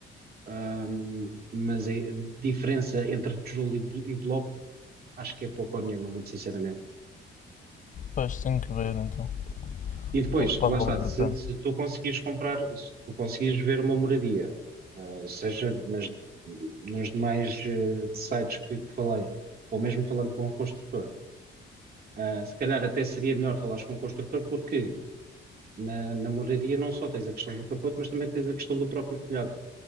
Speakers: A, on the right; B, on the left.
A: Hum, mas a diferença entre tijolo e, blo- e bloco, acho que é pouco ou nenhuma, muito sinceramente.
B: Pois, tenho que ver então.
A: E depois,
B: Pouco para
A: lá está,
B: valer
A: se,
B: a pena.
A: se tu conseguires comprar, se tu conseguires ver uma moradia, ah, seja nas, nos demais eh, sites que, que falei, ou mesmo falando com o construtor, ah, se calhar até seria melhor falares com o construtor, porque na, na moradia não só tens a questão do capote, mas também tens a questão do próprio telhado.